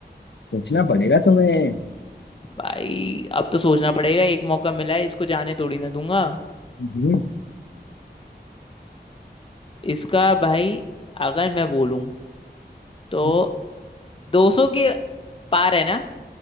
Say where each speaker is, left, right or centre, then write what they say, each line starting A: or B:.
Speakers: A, on the left; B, on the left.
A: सोचना पड़ेगा तुम्हें
B: भाई अब तो सोचना पड़ेगा एक मौका मिला है इसको जाने थोड़ी ना दूंगा
A: हम्म,
B: इसका भाई अगर मैं बोलूं तो
A: हम्म।
B: 200 के पार है ना